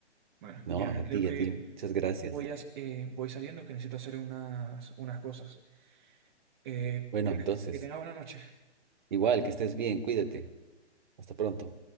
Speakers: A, on the right; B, on the right.
A: Bueno, ya
B: No, a
A: creo
B: ti,
A: que
B: a ti, muchas gracias.
A: voy, a, eh, voy saliendo que necesito hacer unas, unas cosas. Eh,
B: Bueno, entonces,
A: que tenga buena noche.
B: igual, que estés bien, cuídate. Hasta pronto.